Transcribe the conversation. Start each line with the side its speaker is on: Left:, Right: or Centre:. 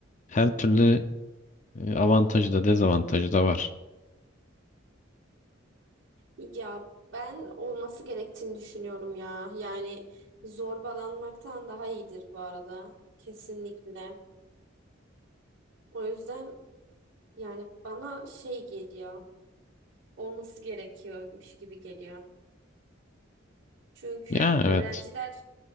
Left: her türlü e, avantajı da dezavantajı da var.
Right: Ya ben olması gerektiğini düşünüyorum ya. Yani zorbalanmaktan daha iyidir bu arada. Kesinlikle. O yüzden yani bana şey geliyor. Olması gerekiyormuş gibi geliyor. Çünkü
Left: Ya
Right: öğrenciler
Left: evet.